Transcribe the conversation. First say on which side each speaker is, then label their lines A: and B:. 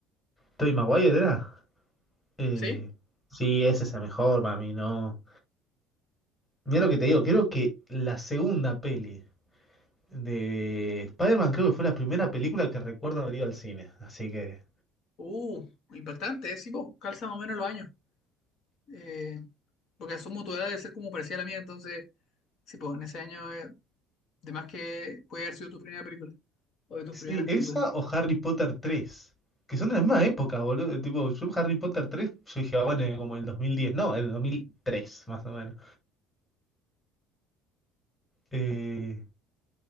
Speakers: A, on the left; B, on the left.
A: Tobey Maguire, ¿era? Eh,
B: Sí.
A: sí, esa es la mejor para mí, no. Mira lo que te digo, creo que la segunda peli de Spider-Man creo que fue la primera película que recuerdo haber ido al cine. Así que.
B: Uh, impactante, ¿eh? sí, po, calza más o menos los años. Eh, porque asumo tu edad debe ser como parecía la mía, entonces, sí, pues en ese año, eh, de más que puede haber sido tu primera película o de tus
A: Sí,
B: primeras
A: esa
B: películas.
A: o Harry Potter 3, Que son de la misma época, boludo. Tipo, yo Harry Potter 3, yo dije, ah, bueno, eh, como en el 2010, No, en el 2003, más o menos. Eh,